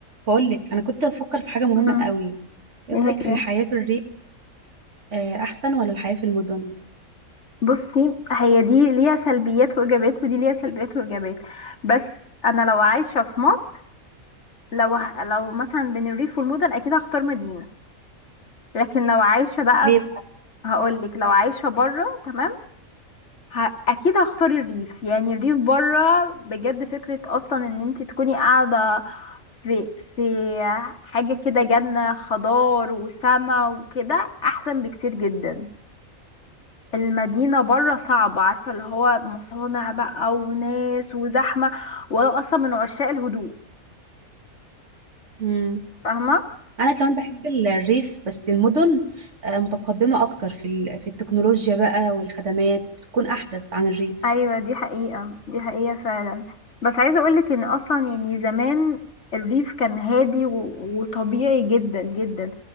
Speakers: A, on the right; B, on the left.
A: بقول لك انا كنت بفكر في حاجه مهمه
B: مم.
A: قوي ايه
B: ايه
A: رايك في
B: هي
A: الحياه في الريف آه، احسن ولا الحياه في المدن
B: بصي هي دي ليها سلبيات وايجابيات ودي ليها سلبيات وايجابيات بس انا لو عايشه في مصر لو ه- لو مثلا بين الريف والمدن اكيد هختار مدينه لكن لو عايشه بقى
A: ليه
B: في
A: بقى
B: هقول لك لو عايشه بره تمام ه... اكيد هختار الريف يعني الريف بره بجد فكره اصلا ان انت تكوني قاعده في في حاجه كده جنه خضار وسما وكده احسن بكتير جدا المدينة بره صعبة عارفة اللي هو مصانع بقى وناس وزحمة وانا اصلا من عشاق الهدوء
A: مم.
B: فاهمة
A: انا كمان بحب ال- الريف بس المدن آه، متقدمه اكتر في ال- في التكنولوجيا بقى والخدمات بتكون احدث عن الريف
B: ايوه دي حقيقة دي حقيقة فعلا بس عايزة اقولك ان اصلا يعني زمان الريف كان هادي و... وطبيعي جدا جدا